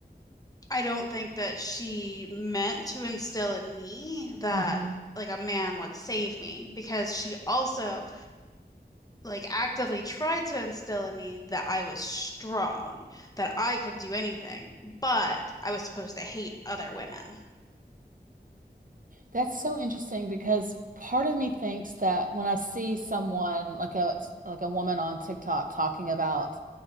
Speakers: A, on the left; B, on the right.
A: I don't think that she meant to instill in me that
B: Mhm.
A: like a man would save me because she also like actively tried to instill in me that I was strong, that I could do anything, but I was supposed to hate other women.
B: That's so interesting because part of me thinks that when I see someone like a like a woman on TikTok talking about